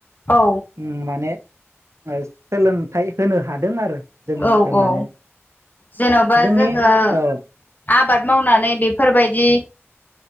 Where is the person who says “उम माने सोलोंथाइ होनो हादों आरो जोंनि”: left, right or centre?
Right